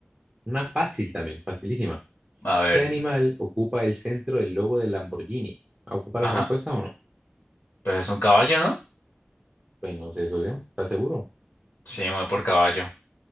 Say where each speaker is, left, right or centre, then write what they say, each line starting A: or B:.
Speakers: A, on the right; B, on the left.
A: Una fácil también, facilísima.
B: a ver.
A: ¿Qué animal ocupa el centro del logo del Lamborghini? ¿Ocupa la
B: Ajá.
A: respuesta o no?
B: Pues es un caballo, ¿no?
A: Pues no sé, socio, ¿estás seguro?
B: Sí, me voy por caballo.